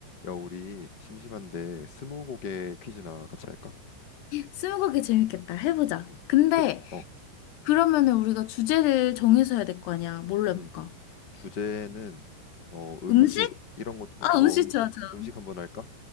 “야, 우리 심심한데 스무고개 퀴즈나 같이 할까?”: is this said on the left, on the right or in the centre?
Left